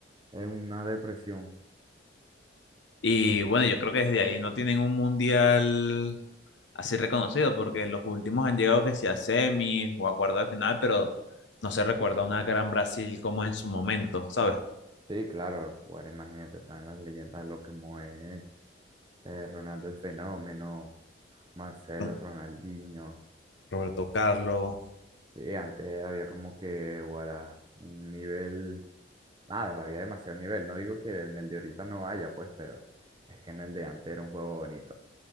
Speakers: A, on the right; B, on the left.
A: en una depresión.
B: Y bueno, yo creo que desde ahí no tienen un mundial así reconocido, porque los últimos han llegado que sea a semis o a cuartos de final, pero no se recuerda una gran Brasil como en su momento, ¿sabes?
A: Sí, claro, bueno, imagínate, están las leyendas, lo que mueve eh, Ronaldo el Fenómeno, Marcelo,
B: Con
A: Ronaldinho.
B: Roberto Carlos,
A: Sí, antes había como que, guara, un nivel, nada, había demasiado nivel. No digo que en el de ahorita no haya, pues, pero es que en el de antes era un juego bonito.